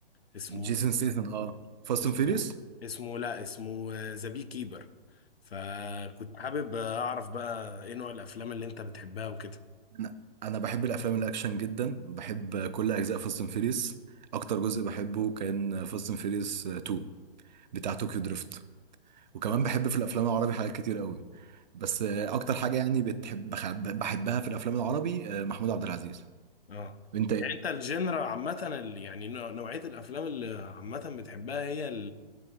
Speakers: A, on the left; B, on the right.
A: اسمه
B: جيسون ستيثم اه فاست
A: اسمه
B: اند فيريوس
A: اسمه لا اسمه ذا بي كيبر فكنت حابب اعرف بقى ايه نوع الافلام اللي انت بتحبها وكده
B: انا أنا بحب الافلام الاكشن جدا بحب كل اجزاء فاست اند فيريوس اكتر جزء بحبه كان فاست اند فيريوس 2 بتاع طوكيو دريفت وكمان بحب في الافلام العربي حاجات كتير قوي بس آه، اكتر حاجه يعني بتحب بخ- بحبها في الافلام العربي آه، محمود عبد العزيز
A: اه
B: وانت ايه؟
A: يعني انت الجنرا عامة ال- يعني نوع- نوعية الافلام اللي عامة بتحبها هي